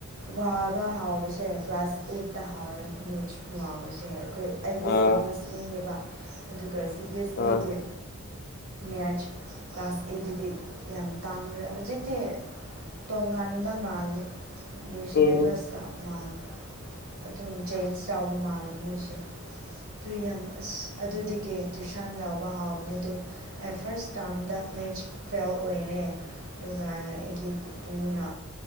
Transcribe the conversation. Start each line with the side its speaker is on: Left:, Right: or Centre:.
Right: ꯋꯥꯕ ꯍꯥꯎꯕꯁꯦ ꯀ꯭ꯂꯥꯁ ꯑꯩꯠꯇ ꯍꯥꯎꯔꯦ ꯃꯦꯠꯁ ꯋꯥꯕꯁꯦ ꯑꯩꯈꯣꯏ ꯑꯩꯗꯤ
Left: ꯑꯥ
Right: ꯁꯤ ꯕꯤ ꯑꯦꯁ ꯏꯅꯦꯦꯕ ꯑꯗꯨꯒ ꯁꯤ ꯕꯤ ꯑꯦꯁ
Left: ꯑꯥ
Right: ꯏꯒꯦ ꯃꯦꯠꯆ ꯀ꯭ꯂꯥꯁ ꯑꯩꯠꯇꯗꯤ ꯌꯥꯝ ꯇꯥꯡꯈ꯭ꯔꯦ ꯍꯧꯖꯤꯛꯇꯤ ꯇꯣꯉꯥꯟꯕ ꯃꯥꯜꯂꯦ ꯅ꯭ꯌꯨ ꯁꯤꯂꯦꯕꯁꯀ
Left: ꯎꯝ
Right: ꯃꯥꯜ ꯑꯗꯨꯝ ꯆꯦꯟꯖ ꯆꯥꯎꯕ ꯃꯥꯜꯂꯦ ꯃꯣꯏꯁꯦ ꯑꯗꯨ ꯌꯥꯝ ꯑꯁ ꯑꯗꯨꯗꯒꯤ ꯇꯨꯁꯥꯟ ꯂꯧꯕ ꯍꯥꯎꯕꯅꯦ ꯑꯗꯨ ꯑꯩ ꯐꯥꯔꯁ ꯇꯥꯝꯗ ꯃꯦꯠꯆ ꯐꯦꯜ ꯑꯣꯏꯔꯦ ꯑꯗꯨꯒ ꯑꯩꯒꯤ ꯄꯨꯅ